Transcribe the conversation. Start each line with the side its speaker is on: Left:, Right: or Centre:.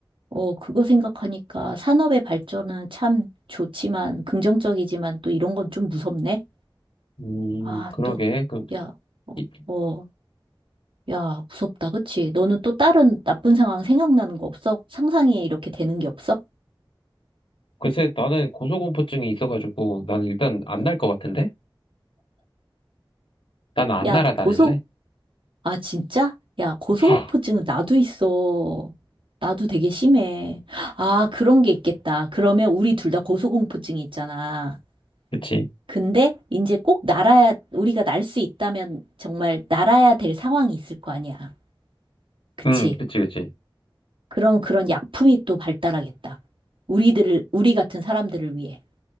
Right: 어, 그거 생각하니까 산업의 발전은 참 좋지만, 긍정적이지만 또 이런 건 좀 무섭네?
Left: 음,
Right: 아,
Left: 그러게.
Right: 또,
Left: 그,
Right: 야, 어,
Left: 이-
Right: 어, 야, 무섭다, 그치? 너는 또 다른 나쁜 상황 생각나는 거 없어? 상상에 이렇게 되는 게 없어?
Left: 글쎄, 나는 고소공포증이 있어가지고 나는 일단 안 날 것 같은데? 나는 안
Right: 야,
Left: 날아다닐래.
Right: 고소, 아, 진짜? 야, 고소공포증은
Left: <laughs>
Right: 나도 있어. 나도 되게 심해. 아, 그런 게 있겠다. 그러면 우리 둘 다 고소공포증이 있잖아.
Left: 그치?
Right: 근데 이제 꼭 날아야, 우리가 날 수 있다면 정말 날아야 될 상황이 있을 거 아니야. 그치?
Left: 응, 그치, 그치.
Right: 그럼 그런 약품이 또 발달하겠다. 우리들을, 우리 같은 사람들을 위해.